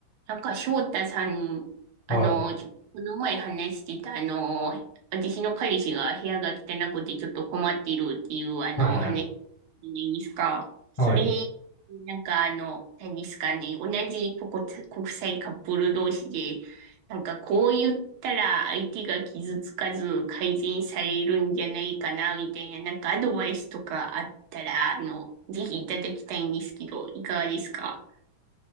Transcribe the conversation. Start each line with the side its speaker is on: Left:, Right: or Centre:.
Right: なんか翔太さん、
Left: はい。
Right: あの、ちょこの前話してた、あの、私の彼氏が部屋が汚くてちょっと困っているっていう、あの、
Left: はいはい。
Right: お話じゃないですか。それ、
Left: はい。
Right: なんかあの、何ですかね、同じ国際国際カップル同士で、なんかこう言ったら相手が傷つかず改善されるんじゃないかな、みたいな、なんかアドバイスとかあったら、あの、ぜひいただきたいんですけど、いかがですか